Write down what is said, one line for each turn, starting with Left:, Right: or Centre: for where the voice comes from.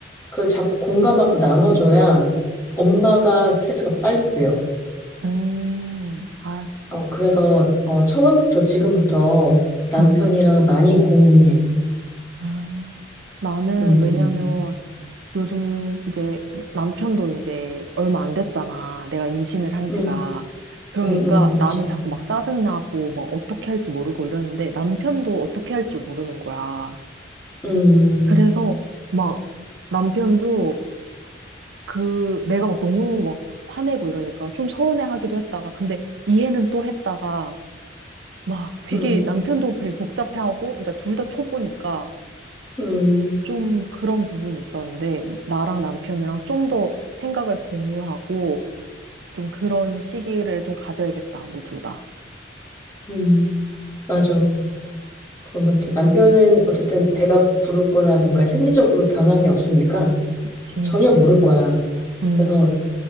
Left: 그걸 자꾸 공감하고
Right: 음,
Left: 나눠줘야 엄마가 스트레스가 빨리 풀려.
Right: 음, 알았어.
Left: 어, 그래서, 어, 처음부터 지금부터 남편이랑
Right: 음,
Left: 많이 공유해.
Right: 음. 나는
Left: 응응
Right: 왜냐면 요즘 이제 남편도 이제 얼마 안 됐잖아. 내가 임신을 한 지가.
Left: 응
Right: 그러니까
Left: 응응 그치.
Right: 나는 자꾸 막 짜증나고 막 어떻게 할지 모르고 이러는데 남편도 어떻게 할지 모르는 거야.
Left: 음,
Right: 그래서 막 남편도 그 내가 막 너무 막 화내고 이러니까 좀 서운해하기도 했다가 근데 이해는 또 했다가 막 되게
Left: 음,
Right: 남편도 되게 복잡해하고, 그러니까 둘 다 초보니까
Left: 음,
Right: 좀 그런 부분이 있었는데, 나랑 남편이랑 좀 더 생각을 공유하고, 좀 그런 시기를 좀 가져야겠다, 우리 둘 다.
Left: 음, 맞아. 그런 것 같아. 남편은
Right: 음,
Left: 어쨌든 배가 부르거나 뭔가 생리적으로 변함이 없으니까
Right: 그치.
Left: 전혀 모를 거야.
Right: 응,
Left: 그래서